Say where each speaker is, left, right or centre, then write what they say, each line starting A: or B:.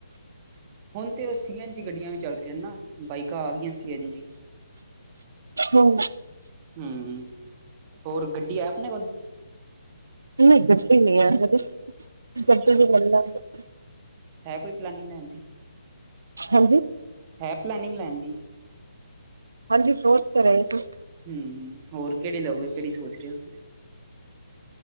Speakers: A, on the right; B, on the right.
A: ਹੁਣ ਤੇ ਉਹ ਸੀ ਐਨ ਜੀ ਗੱਡੀਆਂ ਵੀ ਚੱਲ ਰਹੀਆਂ ਨਾ, ਬਾਈਕਾਂ ਆ ਗਈਆਂ, ਸੀ ਐਨ ਜੀ।
B: ਹਮ।
A: ਹਮ ਹੋਰ ਗੱਡੀ ਆਇ ਆਪਣੇ ਕੋਲ।
B: ਨਹੀਂ ਗੱਡੀ ਨਹੀਂ ਹਜੇ,
A: ਅੱਛਾ
B: ਗੱਡੀ ਵੀ ਲੈ ਲੈਸੀ।
A: ਹੈ ਕੋਈ ਪਲੇਨਿੰਗ ਲੈਣ ਦੀ।
B: ਹਾਂਜੀ।
A: ਹੈ ਪਲੈਨਿੰਗ ਲੈਣ ਦੀ।
B: ਹਾਂਜੀ ਸੋਚ ਤੇ ਰਹੇ ਸੀ।
A: ਹਂ, ਹੋਰ ਕਿਹੜੀ ਲਓਗੇ ਕਿਹੜੀ ਸੋਚ ਰਹੇ ਔ ਫਿਰ।